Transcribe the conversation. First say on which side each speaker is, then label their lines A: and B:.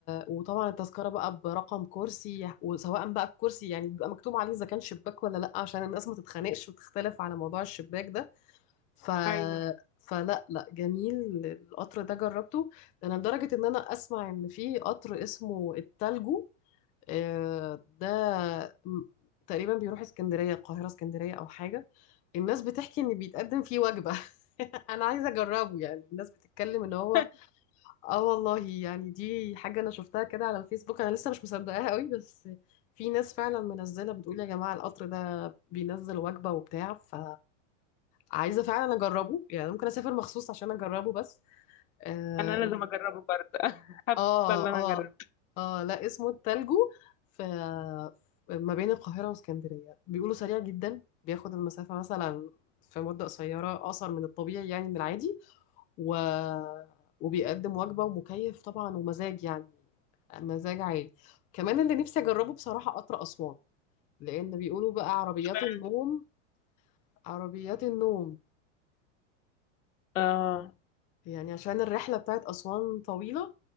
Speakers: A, on the left; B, on the left.
A: وطبعا التذكره بقى برقم كرسي وسواء بقى الكرسي يعني بيبقى مكتوب عليه اذا كان شباك ولا لا عشان الناس ما تتخانقش وتختلف على موضوع الشباك ده ف
B: ايوه
A: فلا لا جميل القطر ده جربته ده انا لدرجة ان انا اسمع ان في قطر اسمه التلجو آه، ده م- تقريبا بيروح اسكندرية القاهرة اسكندرية او حاجة الناس بتحكي ان بيتقدم فيه وجبة <laughs> انا عايزة اجربه يعني الناس بتتكلم ان هو
B: <laughs>
A: اه والله يعني دي حاجة انا شفتها كده على الفيسبوك انا لسه مش مصدقاها قوي بس في ناس فعلا منزلة بتقول يا جماعة القطر ده بينزل وجبة وبتاع ف عايزة فعلا أجربه يعني ممكن أسافر مخصوص عشان أجربه بس آه
B: انا لازم اجربه برضه <laughs> حابة
A: آه
B: ان انا
A: آه,
B: اجربه
A: آه لا اسمه التلجو في ما بين القاهرة واسكندرية بيقولوا سريع جدا بياخد المسافة مثلا في مدة قصيرة أقصر من الطبيعي يعني من العادي و... وبيقدم وجبة ومكيف طبعا ومزاج يعني مزاج عالي كمان اللي نفسي أجربه بصراحة قطر أسوان لأن بيقولوا بقى عربيات
B: اشمعنى؟
A: النوم عربيات النوم
B: اه
A: يعني عشان الرحلة بتاعت أسوان طويلة